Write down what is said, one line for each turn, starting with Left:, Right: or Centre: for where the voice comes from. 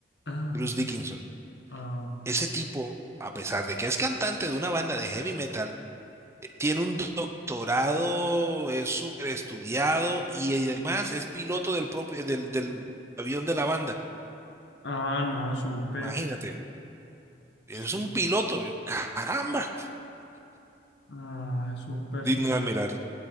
Left: Ah,
Right: Bruce Dickinson.
Left: ah,
Right: Ese tipo, a pesar de que es cantante de una banda de heavy metal, eh, tiene un doctorado, es súper estudiado y además es piloto del propio, del, del avión de la banda.
Left: ah, no, súper.
Right: Imagínate, es
Left: Su-
Right: un piloto. Yo, caramba,
Left: Ah, súper,
Right: digno
Left: súper.
Right: de admirar.